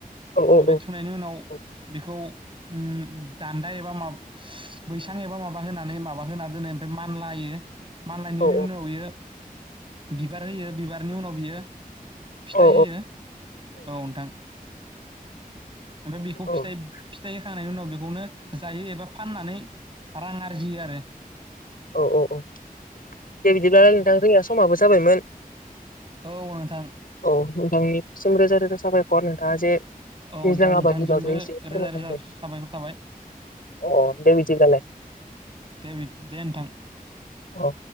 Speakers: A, on the left; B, on the right.
A: औ औ
B: ओमफ्राय थुनायनि उनाव
A: औ
B: बेखौ ओम दान्दा एबा माब बैसां एबा माबा होनानै माबा होना दोनो ओमफ्राय मानलायो मानलायनायनि
A: औ
B: उनाव इयो बिबार होयो बिबारनि उनाव बियो फिथाइ
A: औ
B: होयो औ नोंथां ओमफ्राय बेखौ
A: औ
B: फिथा फिथाइ खांनायनि उनाव बेखौनो जायो एबा फाननानै रां आरजियो आरो
A: औ औ औ दे बिदिब्लालाय नोंथां जोंनिया समाबो जाबायमोन।
B: औ नोंथां
A: औ नोंथांनिसिम रोजा रोजा साबायखर नोंथाङा जे
B: औ
A: दैज्लां
B: नोंथां नोंथांनिसिमबो
A: आबादनि बागै एसे फोरमायना
B: रोजा रोजा
A: सम होबाय
B: साबायखर थाबाय
A: अ दे बिदिब्लालाय
B: दे बि दे नोंथां
A: औ